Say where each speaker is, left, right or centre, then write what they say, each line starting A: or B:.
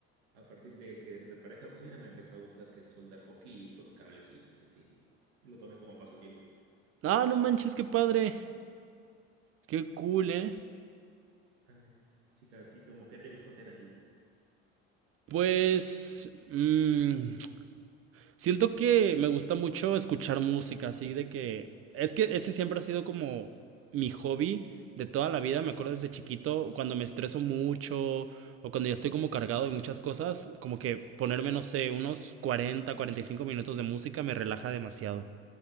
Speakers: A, on the right; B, on the right.
A: A partir de que reparé esa bocina me empezó a gustar que es soldar foquitos, cablecitos, así. Lo tomé como pasatiempo.
B: Ah, no manches, qué padre. Qué cool, ¿eh?
A: Vale. Así que a ti, como, ¿qué te gusta hacer así?
B: Pues... mm, siento que me gusta mucho escuchar música, así de que... Es que ese siempre ha sido como mi hobby de toda la vida. Me acuerdo desde chiquito, cuando me estreso mucho o cuando ya estoy como cargado de muchas cosas, como que ponerme, no sé, unos cuarenta, cuarenta y cinco minutos de música me relaja demasiado.